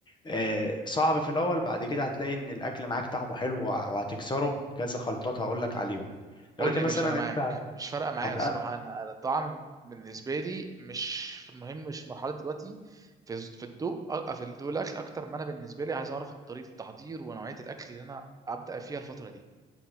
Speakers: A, on the left (about 25°); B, on the right (about 20°).
A: آه، صعب في الاول بعد كده هتلاقي ان الاكل معاك طعمه حلو وه- وهتكسره بكذا خلطات هقول لك عليهم
B: قول
A: دلوقتي
B: لي يا
A: مثلا
B: باشا انا معاك
A: انت
B: مش فارقه معايا
A: هتق
B: الصراحه انا أنا الطعام بالنسبه لي مش في المهم مش في مرحله دلوقتي في في الضوء أ- في الضوء الاكل اكتر ما انا بالنسبه لي عايز اعرف طريقه التحضير ونوعيه الاكل اللي انا ابدا فيها الفتره دي